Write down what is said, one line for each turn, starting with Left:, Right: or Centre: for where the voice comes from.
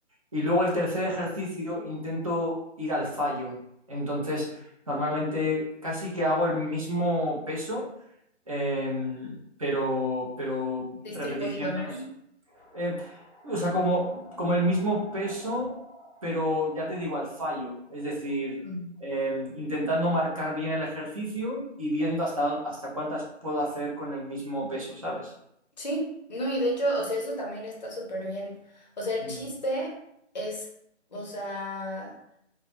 Right: Y luego el tercer ejercicio, intento ir al fallo. Entonces, normalmente casi que hago el mismo peso, em, pero, pero
Left: distribuido,
Right: repeticiones.
Left: ¿no?
Right: Eh, o sea, como, como el mismo peso, pero ya te digo, al fallo. Es decir,
Left: Mm.
Right: eh, intentando marcar bien el ejercicio y viendo hasta, hasta cuántas puedo hacer con el mismo peso, ¿sabes?
Left: Sí, no, y de hecho, o sea, eso también está súper bien. O sea, el
Right: Mm,
Left: chiste es, o sea...